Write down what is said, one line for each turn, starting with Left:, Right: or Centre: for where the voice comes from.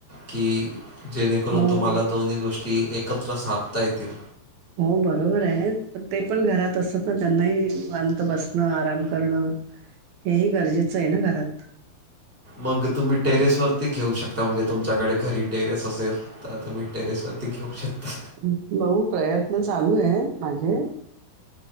Centre: की जेणेकरून
Right: हो.
Centre: तुम्हाला दोन्ही गोष् ष्टी एकत्र साधता येतील.
Right: हो बरोबर आहे पण ते पण घरात असतात ना त्यांनाही निवांत बसणं आराम करणं. हेही गरजेचं आहे ना घरात.
Centre: मग तुम्ही टेरेस वरती घेऊ शकता म्हणजे तुमच्याकडे घरी टेरेस असेल तर तुम्ही टेरेस वर ती घेऊ शकता.
Right: बघू प्रयत्न चालू आहे माझे